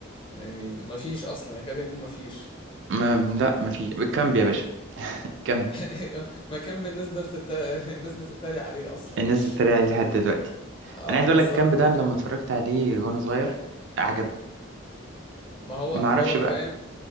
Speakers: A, on the left (about 25°); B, on the right (about 60°).
A: يعني مفيش اصلا يكاد يكون مفيش
B: ما لا ما في كامب يا باشا كامب
A: <laughs> مكان بالنسبة بتت... الناس بتتريق عليه اصلا
B: الناس
A: مش
B: بتتريق عليه لحد دلوقتي
A: اه
B: انا عايز
A: بالظبط
B: اقول لك كامب ده أنا لما اتفرجت عليه وانا صغير عجبني
A: ما هو
B: ما اعرفش
A: هو
B: بقى
A: فاهم